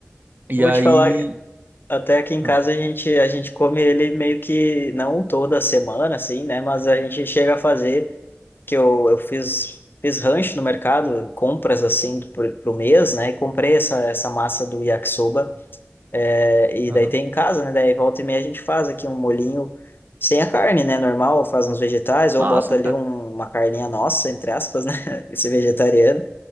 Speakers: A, on the right; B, on the left.
A: E
B: Eu Vou
A: aí...
B: te falar, até aqui em casa
A: ah,
B: a gente, a gente come ele meio que não toda semana, assim, né? Mas a gente chega a fazer. que eu, eu fiz, fiz rancho no mercado, compras assim pro, pro mês, né? E comprei essa, essa massa do yakisoba. é, e
A: Aham.
B: daí tem em casa, né? Daí volta e meia a gente faz aqui um molhinho sem a carne, né? Normal, faz uns vegetais
A: Massa,
B: ou bota ali
A: cara.
B: um- uma carninha nossa, entre aspas, né? <laughs> Esse vegetariano.